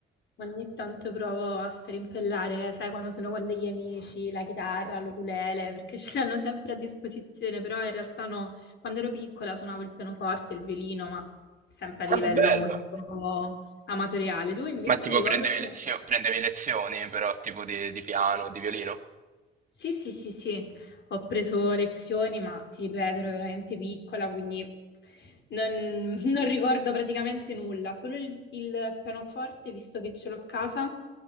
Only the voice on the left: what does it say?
ogni tanto provo a strimpellare, sai, quando sono con degli amici, la chitarra, l'ukulele, perché ce l'hanno sempre a disposizione, però in realtà no, quando ero piccola suonavo il pianoforte, il violino, ma sempre a
livello
molto amatoriale. Tu invece
ricordo
più?
Sì, sì, sì, sì, ho preso lezioni, ma ti ripeto, ero veramente piccola, quindi non, <laughs> non ricordo praticamente nulla, solo il, il pianoforte, visto che ce l'ho a casa